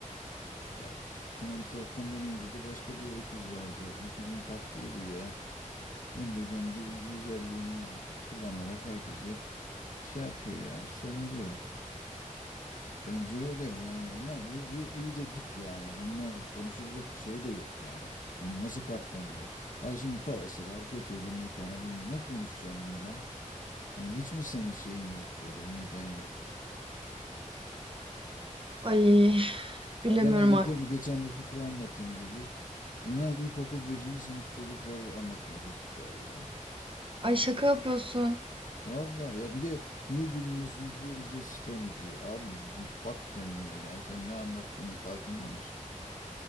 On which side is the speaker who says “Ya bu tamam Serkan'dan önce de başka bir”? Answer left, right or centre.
Left